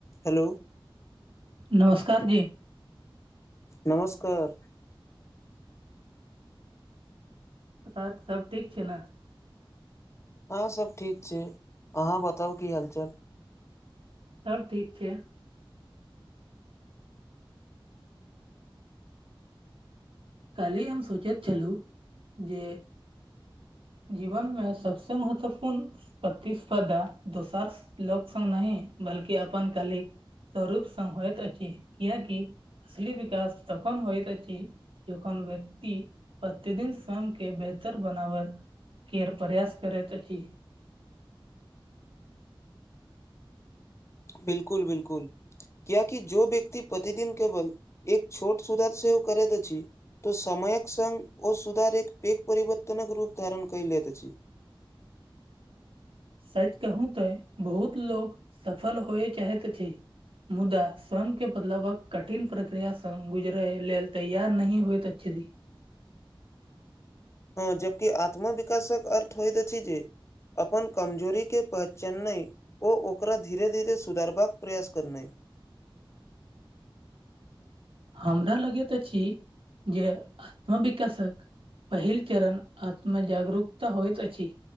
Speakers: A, on the left; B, on the right.
A: Hello
B: नमस्कार जी
A: नमस्कार
B: सर सब ठीक छै ने
A: हँ सब ठीक छै अहाँ बताउ की हालचाल
B: सबब ठीक छै कालहि हम सूचैत छलू जे जीवन मे सबसे महत्वपूर्ण प्रतिस्पर्धा दोसार लोक स नहि बल्कि अपनन कलिक सरूप संग होइत अछि कियेकी असली विकास तखन होइत अछि। ज कोन व्यक्ति प्रतिदिन स्वयं के बेहतर बनाव केर बयास करैत अछि
A: बिलकुल बिलकुल क्य कि जो व्यक्त प्रतिदिन केवल एक छोट सुधार से हो करै छी तो समयक संगे ओ सुधार एक पेक परिवर्तनक रूप धारण क लैत अछि
B: सच कहू तऽ बहुत लोको सफल होए चाहैत छै मुदा स्वयंके बदलावके कठिन प्रक्रिया संग गुजरै लेल तैयार नहि होइत अछि
A: हँ जबकि आत्मविकाशक अर्थ होइ अछि जे अपन कमजोरीके पहचननइ ओ ओकरा धीरे धीरे सुधारबाक प्रयास करनाइ
B: हमरा लगैत अछि जे आत्म विकासक पहिल चरण आत्मजागरूकता होइ अछि